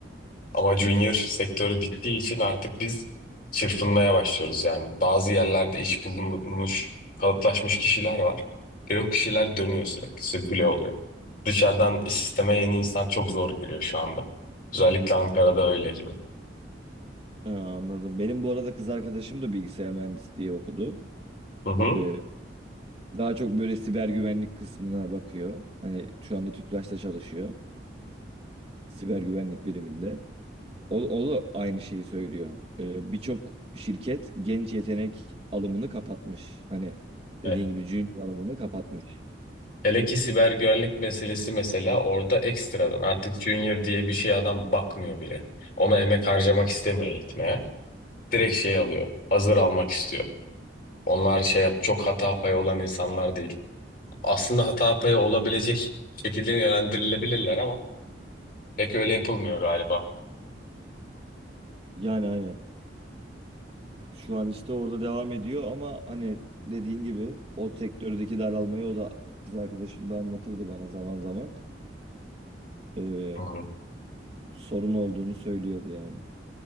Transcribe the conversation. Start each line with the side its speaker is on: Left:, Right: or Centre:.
Left: Ama junior sektörü bittiği için artık biz çırpınmaya başlıyoruz yani. Bazı yerlerde iş bulunmuş, kalıplaşmış kişiler var. Ve o kişiler dönüyor sürekli, sirküle oluyor. Dışarıdan sisteme yeni insan çok zor giriyor şu anda. Özellikle Ankara'da öyle gibi.
Right: Ha, anladım. Benim bu arada kız arkadaşım da bilgisayar mühendisliği okudu.
Left: Hı
Right: Ee, daha çok böyle siber güvenlik kısmına bakıyor. Hani şu anda TÜPRAŞ'ta çalışıyor. Siber güvenlik biriminde. O, o da aynı şeyi söylüyor. Ee, birçok şirket genç yetenek alımını kapatmış. Hani
Left: hı.
Right: dediğin gibi junior alımını kapatmış.
Left: Hele ki siber güvenlik meselesi mesela orada ekstradan artık junior diye bir şey adam bakmıyor bile. Ona emek harcamak istemiyor eğitmeye. Direkt şey alıyor. Hazır almak istiyor. Onlar şey yap çok hata payı olan insanlar değil. Aslında hata payı olabilecek şekilde yönlendirilebilirler ama pek öyle yapılmıyor galiba.
Right: Yani aynen. Şu an işte orada devam ediyor ama hani dediğin gibi o sektördeki daralmayı o da kız arkadaşım da anlatırdı bana zaman zaman. Ee,
Left: Hmm,
Right: sorun olduğunu söylüyordu yani.